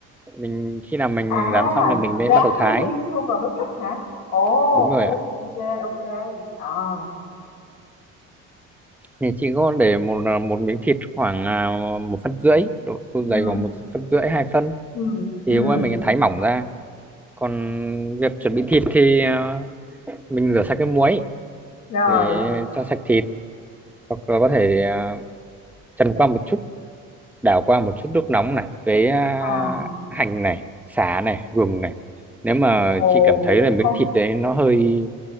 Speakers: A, in the centre; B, on the left.
A: mình khi nào mình
B: À,
A: rán xong thì mình mới
B: rán
A: bắt đầu
B: nguyên
A: thái
B: miếng xong rồi mới cắt hả? Ồ,
A: đúng rồi
B: ô,
A: ạ
B: ok, ok. Ờ.
A: thì chị có để một ờ, một miếng thịt khoảng à, một phân rưỡi độ, độ dày
B: ừ
A: khoảng một phân rưỡi hai phân
B: ừm,
A: thì
B: ừm.
A: qua mình thái mỏng ra còn việc chuẩn bị thịt thì à, mình rửa sạch cái muối
B: Rồi.
A: để cho sạch thịt hoặc là có thể à, trần qua một chút đảo qua một chút nước nóng này với à,
B: À,
A: hành này sả này gừng này nếu mà
B: ồ,
A: chị cảm thấy là miếng
B: ha,
A: thịt đấy nó hơi